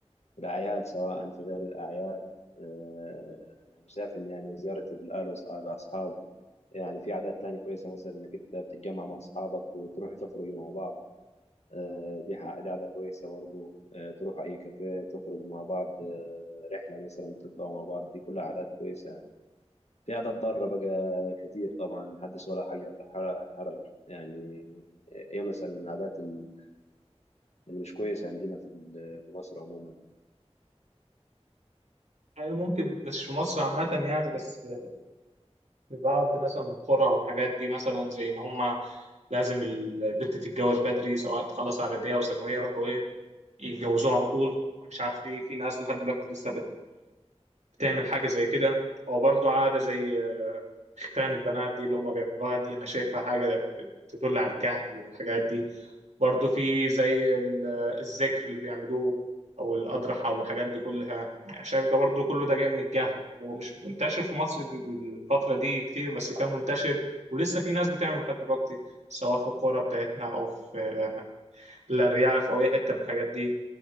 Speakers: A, on the left; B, on the right.
A: الأعياد سواء في غير الأعياد آه، يعني شايف إن يعني زيارة الأهل والأصحاب يعني في عادات تانية كويسة مثلا إنك أنت بتتجمع مع أصحابك وتروح تخرجوا مع بعض آه، دي ح- دي عادة كويسة برضه آه، تروحوا أي كافيه تخرجوا مع بعض آه، رحلة مثلا تطلعوا مع بعض دي كلها عادات كويسة في قاعد اتدرب بقى كتير طبعا محدش ولا حاجة حر- حرج يعني ايه مثلا العادات ال- اللي مش كويسة عندنا في ال- في مصر عموما
B: يعني ممكن مش في مصر عامة يعني بس في بعض مثلا القرى أو الحاجات دي مثلا زي إن هما لازم البنت تتجوز بدري سواء تخلص إعدادية أو ثانوية يروحوا إيه يتجوزوها على طول مش عارف ليه في ناس لحد دلوقتي لسه تعمل حاجة زي كده أو برضو عادة زي آه، ختان البنات دي اللي هما بيعملوها دي أنا شايفها حاجة تدل على الجهل والحاجات دي برضو في زي ال- آه، الذكر اللي بيعملوه أو الأضرحة والحاجات دي كلها شايف ده برضو كله ده جاي من الجهل ومش منتشر في مصر ب- بالفترة دي كتير بس كان منتشر ولسه في ناس بتعمل لحد دلوقتي سواء في القرى بتاعتنا أو في آه، الأرياف أو أي حتة من الحاجات دي